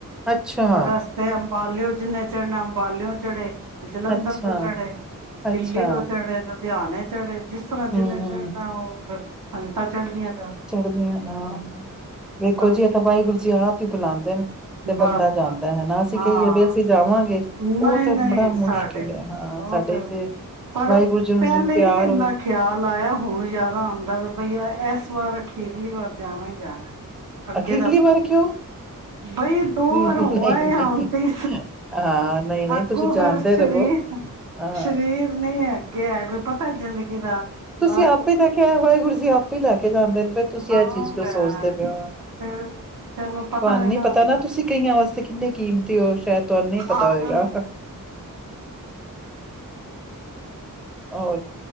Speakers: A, in the centre; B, on the right.
A: ਅੱਛਾ,
B: ਰਸਤੇ <unintelligible> ਬਲਿਓਂ ਜਿੰਨੇ ਚੜਨਾ ਅੰਬਲਿਓਂ ਚੜ੍ਹੇ ਜਲੰਧਰ
A: ਅੱਛਾ,
B: ਤੋਂ ਚੜੇ,
A: ਅੱਛਾ।
B: ਦਿੱਲੀ ਤੋਂ ਚੜੇ ਧਿਆਨ ਏ ਚੜੇ ਜਿਸ ਤਰ੍ਹਾਂ
A: ਹੂੰ,
B: ਜਿੰਨੇ
A: ਹੂੰ
B: ਚੜਨਾ ਉਹ ਕਰ ਸੰਗਤਾਂ ਚੜਦੀਆਂ
A: ਚੜ੍ਹਦੀਆਂ ਹਾਂ ਵੇਖੋ
B: ਫਿਰ
A: ਜੀ ਇਹ ਤਾਂ ਵਾਹਿਗੁਰੂ ਜੀ ਆਪ ਹੀ ਬੁਲਾਉਂਦੇ ਨੇ ਤੇ
B: ਬਸ
A: ਬੰਦਾ ਜਾਂਦਾ
B: ਬਸ
A: ਹੈਾ ਅਸੀਂ
B: ਹਾਂ
A: ਕਹੀਏ ਵੀ ਅਸੀਂ ਜਾਵਾਂਗੇ ਉਹ
B: ਨਹੀਂ
A: ਤਾਂ
B: ਨਹੀਂ
A: ਬੜਾ ਮੁਸ਼ਕਿਲ
B: ਸਾਡੇ
A: ਹੈ, ਹਾਂ
B: ਬਹੁ
A: ਸਾਡੇ
B: ਤੇ
A: ਚ
B: ਪਰ
A: ਵਾਹਿਗੁਰੂ ਜੀ ਨੂੰ
B: ਪਹਿਲੇ
A: ਜੇ ਪਿਆਰ
B: ਨੀ ਇੰਨਾ
A: ਹੋਏ,
B: ਖਿਆਲ ਆਇਆ ਹੁਣ ਜਿਆਦਾ ਆਉਂਦਾ ਵ ਬਈਆ ਇੱਕ ਵਾਰ ਅਖੀਰਲੀ ਵਾਰ ਜਾਣਾ ਹੀ ਜਾਣਾ ਅੱਗੇ
A: ਅਖੀਰਲੀ
B: ਦਾ
A: ਵਾਰ ਕਿਉਂ
B: ਬਈ ਦੋ
A: ਨਹੀਂ,
B: ਵਾਰ ਹੋਆ
A: ਨਹੀਂ।
B: ਹਣ ਤੇ
A: ਹਾਂ, ਨਹੀਂ, ਨਹੀਂ
B: ਅੱਗੋਂ
A: ਤੁਸੀਂ ਜਾਣਦੇ
B: ਫਿਰ ਸ਼ਰੀਰ
A: ਰਵੋ ਹਾਂ।
B: ਸ਼ਰੀਰ ਨੇ ਨਹੀਂ ਅੱਗੇ ਹੈ ਕੋਈ ਪਤਾ ਜ਼ਿੰਦਗੀ ਦਾ
A: ਤੁਸੀਂ
B: ਬਸ
A: ਆਪੇ ਤਾਂ ਕੇ ਆ ਵਾਹਿਗੁਰੂ ਜੀ ਆਪੇ ਲੈ ਕੇ ਜਾਂਦੇ ਨੇ ਫਿਰ ਤੁਸੀਂ
B: ਹਾਂ
A: ਇਹ ਚੀਜ਼ ਜੋ
B: ਵੈ
A: ਸੋਚਦੇ ਪਏ
B: ਫਿਰ
A: ਹੋ
B: ਵੀ ਚਲੋ
A: ਤੁਹਾਨੂੰ ਨੀ ਪਤਾ
B: ਹੁੰਦਾ
A: ਨਾ ਤੁਸੀਂ ਕਈਆਂ ਵਾਸਤੇ ਕਿੰਨੀ ਕੀਮਤੀ ਹੋ ਸ਼ਾਇਦ ਤੁਹਾਨੂੰ ਨ ਪਤਾ
B: ਹਾਂ
A: ਹੋਏਗਾ ਹੋਰ